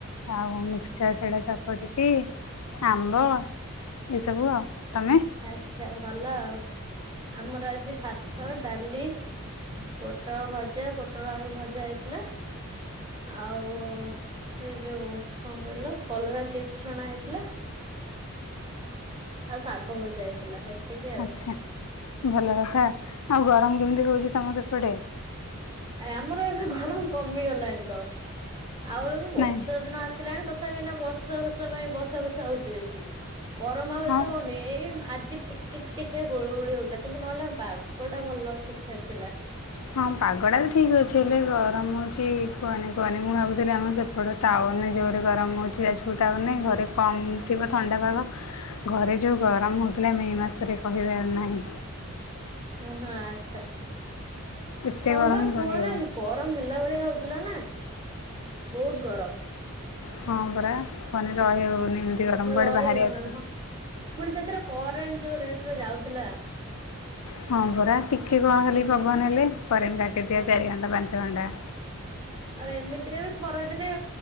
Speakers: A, on the left (about 80°); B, on the right (about 20°).
A: ଆଉ ମିକ୍ସଚର୍ ସେଟା ଚକଟିକି ଆମ୍ବ ଏସବୁ ଆଉ। ତମେ?
B: ଆଚ୍ଛା ଭଲ ଆଉ। ଆମର ଆଜି ଭାତ ଡାଲି ପୋଟଳ ଭଜା ପୋଟଳ ଆଳୁ ଭଜା ହେଇଥିଲା। ଆଉ ସେ ଯୋଉ କଣ କହିଲ କଲରା ଚିପ୍ସ୍ ଛଣା ହେଇଥିଲା। ଆଉ ଶାଗ ଭଜା ହେଇ ଥିଲା ହେତିକି।
A: ଆଛା, ଭଲ କଥା ଆଉ ଗରମ କେମିତି ହଉଚି ତମ ସେପଟେ।
B: ଆ ଆମର ଏବେ ଗରମ କମିଗଲାଣି ତ ଆଉ ଏବେ ବର୍ଷା
A: ନାଇଁ
B: ଦିନ ଆସିଲାଣି ତ- - ତଥାପି ନା ବର୍ଷା ଫର୍ଷାପାଇଁ ବର୍ଷା ବର୍ଷା ହଉଚି ବେଶୀ ଗରମ ଆଉ ଏତେ
A: ହଁ
B: ହଉନି ଏଇ ଆଜି ଟିକେ ଟିକେ ହୁଳୁହୁଳି ହଉଥିଲା କିନ୍ତୁ ନ ହେଲେ ପାଗ ଟା ଭଲ ଠିକ୍ ଠାକ୍ ଥିଲା।
A: ହଁ ପାଗଟା ବି ଠିକ୍ ଅଛି ହେଲେ ଗରମ ଅଛି। କୁହନି କୁହନି ମୁଁ ଭାବୁିଚି ଆମ ସେପଟ ଟାୱନ ନାହି। ଯେଉଁରି ଗରମ ହେଉଚି ଆଜପୁ ଟାୱନ ନାହିଁ ଘରେ କମ୍ ଥିବ ଥଣ୍ଡା ପାଗ। ଘରେ ଯୋଉ ଗରମ ହଉଥିଲା ମେ ମାସରେ କହିବାର ନାହିଁ।
B: ଉଁ ହୁ ହୋ ଆଚ୍ଛା।
A: ଏତେ
B: ହଁ
A: ଗରମ
B: ବା
A: କହିହେବନି
B: କୁହନା- - ଗରମ ହେଲା ଭଳିଆ ହଉଥିଲା ନା। ବହୁତ ଗରମ।
A: ହଁ ପରା ରହି ହଉନି ଏମିତି ଗରମ କୁଆଡେ
B: ରହି
A: ବାହାରିବାକୁ।
B: ହଉନା ହଁ ପୁଣି ସେଥିରେ କରେଣ୍ଟ ଯୋଉ ରେଟ୍ ରେ ଯାଉଥିଲା।
A: ହଁ ପରା ଟିକେ କଂ ଖାଲି ପବନ ହେଲେ କରେଣ୍ଟ୍ କାଟିଥିବେ ଚାରିଘଣ୍ଟା ପାଞ୍ଚଘଣ୍ଟା।
B: ଆଉ ଏମିତିରେ ବି ଖରା ଦିନେ